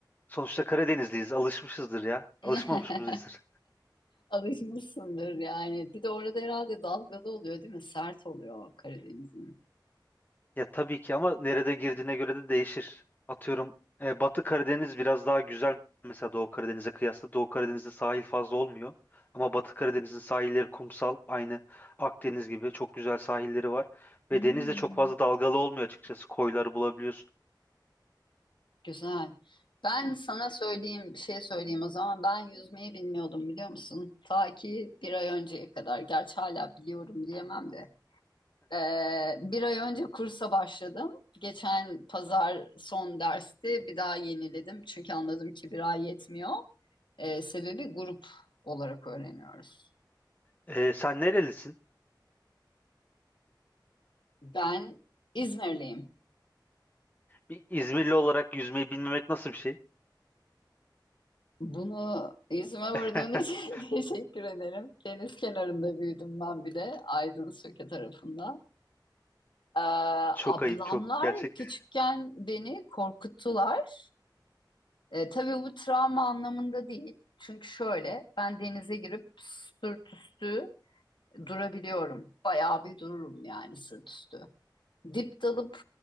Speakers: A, on the left; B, on the left.
A: sonuçta Karadenizliyiz. Alışmışızdır ya. Alışmamış
B: <laughs>
A: mıyızdır?
B: Alışmışsındır yani. Bir de orada herhalde dalgalı oluyor değil mi? Sert oluyor Karadeniz'in.
A: Ya tabii ki ama nerede girdiğine göre de değişir. Atıyorum e, Batı Karadeniz biraz daha güzel mesela Doğu Karadeniz'e kıyasla. Doğu Karadeniz'de sahil fazla olmuyor. Ama Batı Karadeniz'in sahilleri kumsal. Aynı Akdeniz gibi çok güzel sahilleri var.
B: Hmm,
A: Ve deniz de çok fazla dalgalı olmuyor açıkçası. Koyları bulabiliyorsun.
B: güzel. Ben sana söyleyeyim, bir şey söyleyeyim o zaman. Ben yüzmeyi bilmiyordum biliyor musun? Ta ki bir ay önceye kadar. Gerçi hala biliyorum diyemem de. Ee, bir ay önce kursa başladım. Geçen pazar son dersti. Bir daha yeniledim. Çünkü anladım ki bir ay yetmiyor. Ee, sebebi grup olarak öğreniyoruz.
A: E, sen nerelisin?
B: Ben İzmirliyim.
A: Bir İzmirli olarak yüzmeyi bilmemek nasıl bir şey?
B: Bunu yüzüme vurduğun
A: <laughs>
B: için <laughs> teşekkür ederim. Deniz kenarında büyüdüm ben bir de. Aydın Söke tarafında. Ee,
A: Çok
B: ablamlar
A: ayıp çok gerçekten.
B: küçükken beni korkuttular. E, tabii bu travma anlamında değil. Çünkü şöyle ben denize girip sırt üstü durabiliyorum. Bayağı bir dururum yani sırt üstü. Dip dalıp